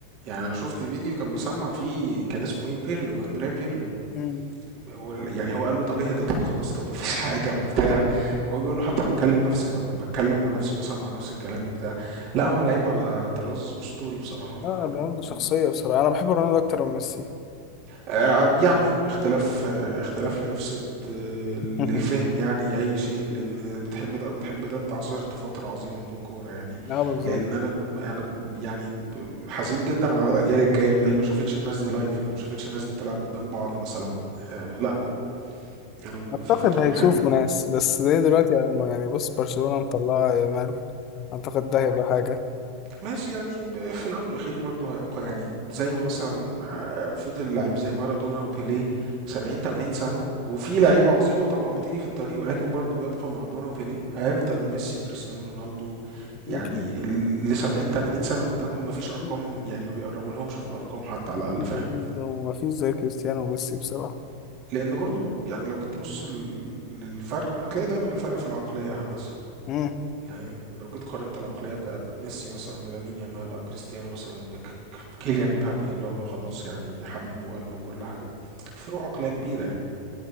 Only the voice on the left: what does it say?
مم.
لا رونالدو
شخصية بصراحة انا بحب رونالدو اكتر من ميسي
<laughs>
اه بالظبط
اعتقد
هيشوفوا
ناس بس زي دلوقتي لما يعني بص برشلونة مطلعة يامال اعتقد ده هيبقى حاجة
اكيد
اكيد
اكيد
اكيد هو ما فيش زي كريستيانو وميسي بصراحة
امم